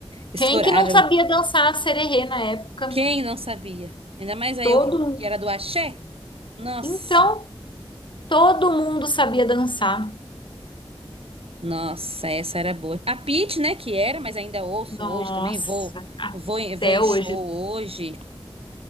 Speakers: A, on the right; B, on the left.
A: estouraram.
B: Quem que não sabia dançar sererê na época?
A: Quem não sabia? Ainda mais aí
B: Todo
A: eu que,
B: mundo.
A: que era do Axé. Nossa,
B: Então, todo mundo sabia dançar.
A: nossa, essa era boa. A Pitty, né, que era, mas ainda ouço
B: Nossa,
A: hoje também, vou, vou,
B: até
A: em- vou em
B: hoje.
A: show hoje.